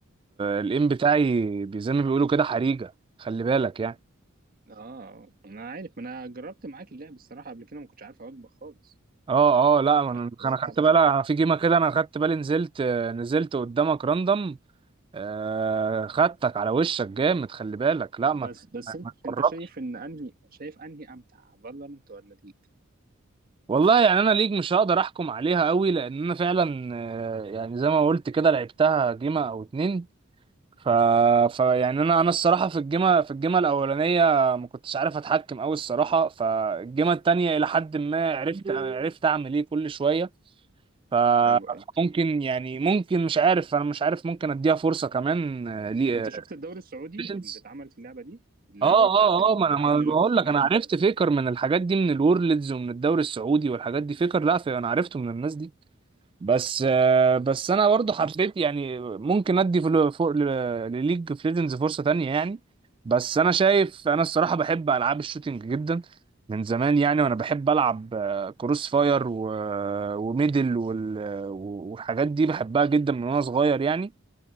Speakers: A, on the right; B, on the right.
A: الايم بتاعي بي- زي ما بيقولوا كده حريجه خلي بالك يعني
B: اه انا عارف ما انا جربت معاك اللعب الصراحه قبل كده ما كنتش عارف اوجبك خالص
A: اه اه لا انا
B: يعني هو
A: انا
B: تعبان
A: خدت بالي انا في جيمه كده انا خدت بالي نزلت آه، نزلت قدامك راندم آه، خدتك على وشك جامد خلي بالك لا
B: بس
A: ما
B: بس انت
A: ما تقربش
B: انت شايف ان انهي شايف انهي امتع فالورنت ولا ليج
A: والله يعني انا ليج مش هقدر احكم عليها قوي لان انا فعلا آه، يعني زي ما قلت كده لعبتها جيمة او اتنين ف... ف يعني انا انا الصراحه في الجيمة في الجيمة الاولانيه ما كنتش عارف اتحكم قوي الصراحه فالجيمة التانية الى حد ما عرفت عرفت اعمل ايه كل شويه ف-
B: ايوه ايوه
A: فممكن يعني ممكن مش عارف انا مش عارف ممكن اديها فرصه كمان آه، لي
B: انت شفت الدوري السعودي
A: بيشنس
B: اللي اتعمل في اللعبه دي اللي
A: اه
B: هو بتاعت
A: اه
B: الالعاب
A: اه ما انا ما
B: الالكترونيه
A: أنا بقول لك انا
B: وكده
A: عرفت فيكر من الحاجات دي من الورلدز ومن الدوري السعودي والحاجات دي فيكر لا في انا عرفته من الناس دي بس آه، بس انا برضو حبيت يعني ممكن ادي فلو- فوق ل- لليج اوف ليجندز فرصه تانية يعني بس انا شايف انا الصراحه بحب العاب الشوتينج جدا من زمان يعني وانا بحب العب آه، كروس فاير و... وميدل وال... والحاجات دي بحبها جدا من وانا صغير يعني